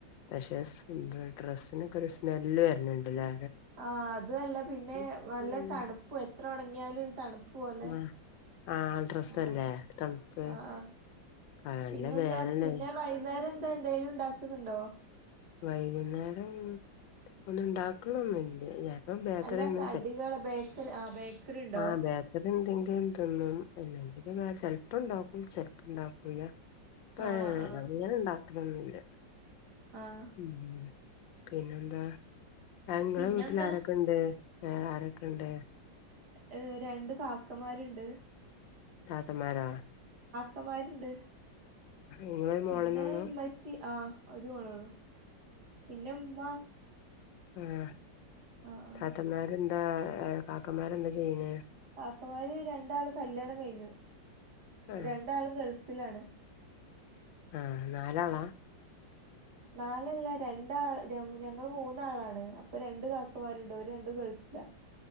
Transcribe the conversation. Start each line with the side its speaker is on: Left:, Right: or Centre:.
Left: പക്ഷെ സ് ഡ്രെസിനൊക്കെ ഒരു സ്മെല്ല് വര്ണണ്ട്ല്ലേ
Right: ആ അതല്ല പിന്നെ
Left: ഉം
Right: നല്ല തണുപ്പും എത്ര ഉണങ്ങിയാലും തണുപ്പ് പോവല്ലേ
Left: ആഹ് ആഹ് ഡ്രസ്സല്ലേ
Right: ആ
Left: തണുപ്പ്
Right: ആ ആ
Left: നല്ല
Right: പിന്നെന്താ
Left: വേനല്ലേ
Right: പിന്നെ വൈന്നേരം എന്താ എന്തേലും ഇണ്ടാക്കുന്നുണ്ടോ
Left: വൈകുന്നേരം ഒന്നും ഉണ്ടാക്ക്ണൊന്നില്ല ആം ബേക്കറിന്നും
Right: അല്ല കടികള്
Left: ചെൽ
Right: ബേക്കറി ആഹ് ബേക്കറി ഉണ്ടോ
Left: ആ ബേക്കറി എന്തെങ്കും യും തിന്നും അല്ലെങ്കിലിൽ വേറെ ചെൽപ്പോ ഉണ്ടാക്കും ചെൽപ്പോ ഉണ്ടാക്കൂല അ
Right: ആഹ് ആഹ്
Left: അങ്ങനെ ഇണ്ടാക്കലൊന്നില്ല
Right: ആഹ്
Left: ഉം പിന്നെന്താ? ങ്ങളെ
Right: പിന്നെന്താ
Left: വീട്ടിൽ ആരൊക്കെണ്ട് വേറെ ആരൊക്കെ ഇണ്ട്?
Right: ഏ രണ്ട് കാക്കമാരുണ്ട്
Left: കാക്കമ്മാരാ?
Right: ക്കമാരുണ്ട്
Left: ഇങ്ങളൊരു
Right: പിന്നെ
Left: മോളന്നൊള്ളൂ
Right: മ്മച്ചി ആ അത് വാണണോ പിന്നെ ഉമ്മ
Left: ആഹ
Right: ആഹ് ആഹ്
Left: താത്തമാരെന്താ ആ കാക്കമാരെന്താ ചെയ്യണ്
Right: കാക്കമാര് രണ്ടാള് കല്യാണം കഴിഞ്ഞു
Left: ആഹ്
Right: രണ്ടാളും ഗൾഫിലാണ്
Left: ആ നാലാളാ?
Right: നാലല്ല രണ്ടാൾ ഞങ്ങൾ മൂന്നാളാണ് അപ്പൊ രണ്ട് കാക്കമാരുണ്ട് ഒരു രണ്ടു ഗൾഫ് ലാ